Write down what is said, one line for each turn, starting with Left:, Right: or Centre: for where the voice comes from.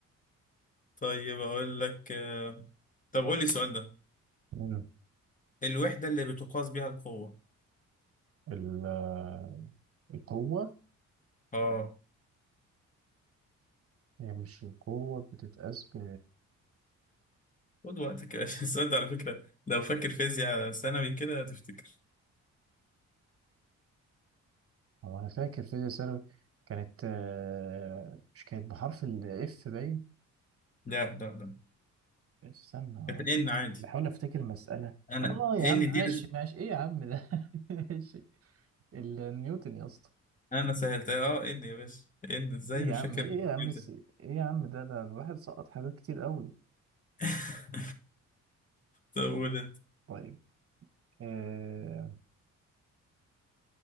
Left: طيب أقول لك آه، طب قول لي السؤال ده
Right: مم.
Left: الوحدة اللي بتقاس بيها القوة
Right: ال- آه، القوة
Left: آه
Right: هي مش القوة بتتقاس ب
Left: خد وقتك يا باشا. <laughs> السؤال ده على فكرة لو فاكر فيزياء ثانوي كده هتفتكر
Right: هو أنا فاكر في ثانوي كانت آه، مش كانت بحرف الإف باين
Left: لا لا لا
Right: استنى
Left: كانت إن عادي
Right: بحاول أفتكر مسألة
Left: أنا
Right: اه يا
Left: إن
Right: عم
Left: دي
Right: ماشي ماشي ايه يا عم ده <laughs> ماشي النيوتن يا اسطى
Left: انا سهلتها اه ان يا باشا ان ازاي
Right: ايه
Left: مش
Right: يا عم
Left: فاكر
Right: ايه يا عم
Left: كده
Right: الس- ايه يا عم ده ده الواحد سقط حاجات كتير قوي
Left: <laughs> طب قول انت
Right: طيب آه